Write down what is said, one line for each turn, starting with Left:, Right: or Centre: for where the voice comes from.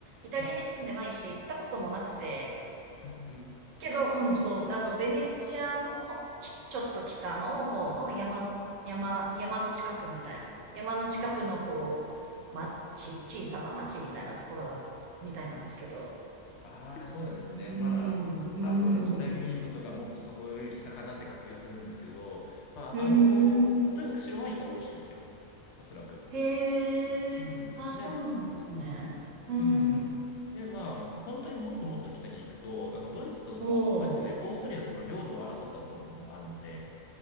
Right: イタリアに住んでないし、
Left: うん、
Right: 行ったこともなくて、
Left: うん、うん。
Right: けど、うん、そう、あの、ベネチアの、きちょっと北の方の山、山、山の近くみたいな、山の近くの、
Left: あー。
Right: こう、町、小さな町みたいなところだ、みたいなんですけど、
Left: ああ、そうなんですね。
Right: うーん、
Left: まあ、
Right: うー
Left: 多分トレビーゾとかもっとそこより北かなって感じがするんですけど、
Right: ん、
Left: まあ、
Right: うーん、
Left: あの、とにかく白ワインが美味しいですよ。おそらく。
Right: へえ、
Left: うん。
Right: あ、
Left: で、
Right: そうなんですね。うーん、
Left: うん。で、まあ、本当にもっともっと北に行くと、あの、ドイツとその、
Right: おー。
Left: ドイツね、オーストリアとその領土を争ったところとかもあるので、